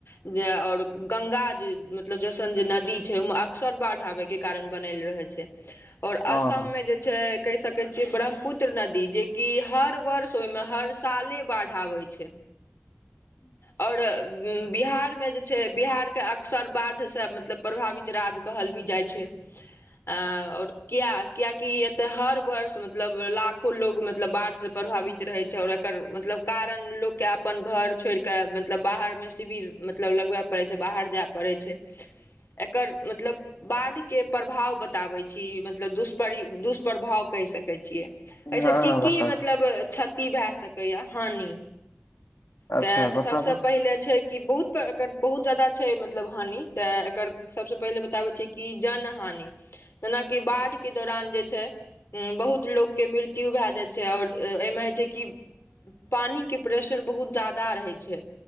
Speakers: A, on the left (about 55°); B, on the left (about 80°).
A: जे और गंगा जे मतलब जसन जे नदी छै ओइमे अक्सर बाढ़ आबे के कारण बनल रहे छै <inaudible> ओर
B: हँ
A: असम
B: हँ
A: में जे छै कहि सकै छियै ब्रह्मपुत्र नदी जेकि हर वर्ष ओइमे हर साले बाढ़ आबै छै
B: ह <inaudible>
A: ओर बिहार में जे छै बिहारके अक्सर बाढ़सँ मतलब प्रभावित राज कहल भी जाइ छै ओर किया कियकि एतय हर वर्ष मतलब लाखो लोग मतलब बाढ़िसँ प्रभावित रहै छै और मतलब कारण लोक के अपन घर छोड़ कऽ मतलब बाहर में शिवर मतलब लगबै पड़ै छै बाहर जाय पड़ै छै एकर मतलब बाढ़िके प्रभाव बताबै छी मतलब दुष्प्रभाव कहि सकैत छियै एहिसँ
B: हँ
A: की
B: हँ बताबू
A: की मतलब क्षति भ सकैए हानि
B: अच्छा
A: तऽ
B: बताबू
A: सभसँ पहिले छै कि बहुत एकर बहुत ज्यादा छै मतलब हानि तऽ एकर सबसे पहिले बताबै छै कि जन हानि जेनाकि बाढ़ के दौरान जे छै बहुत लोकके मृत्यु भए जाइ छै आओर एहिमे होइ छै कि पानिके प्रेशर बहुत ज्यादा रहै छै